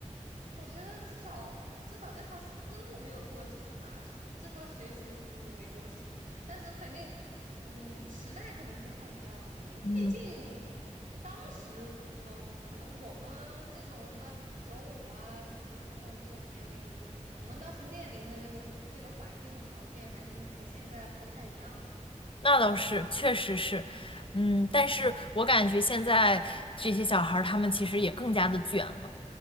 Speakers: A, on the right (about 85°); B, on the left (about 45°).
A: 我觉得至少至少这套思路没有过时吧，这这套学习思路没过时，但是肯定，嗯，时代可能不太一样了，因为毕竟
B: 嗯，
A: 当时，嗯、可能我们这种什么九五啊、九五后这种年龄，我们当时面临的这个这个环境和条件还是和现在不太一样的。
B: 那倒是，确实是，嗯，但是我感觉现在这些小孩儿他们其实也更加的卷了，